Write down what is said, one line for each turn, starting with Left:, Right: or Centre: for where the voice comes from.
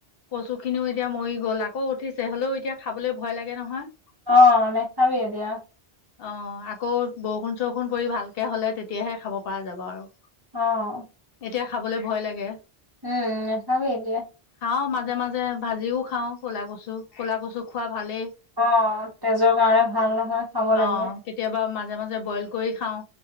Left: কচু খিনিও এতিয়া মৰি গ'ল, আকৌ উঠিছে। হলেও, এতিয়া খাবলৈ ভয় লাগে নহয়।
Right: অ নেখাবি এতিয়া।
Left: অ' আকৌ বৰষুণ-চৰষুণ পৰি ভালকে হলে তেতিয়াহে খাব পৰা যাব আৰু
Right: অ
Left: এতিয়া খাবলৈ ভয় লাগে।
Right: উম। নেখাবি এতিয়া।
Left: খাওঁ মাজে মাজে ভাজিও খাওঁ ক'লা কচু ক'লা কচু খোৱা ভালেই।
Right: অ' তেজৰ কাৰণে ভাল নহয়।
Left: অ কেতিয়াবা মাজে মাজে বইল কৰি খাওঁ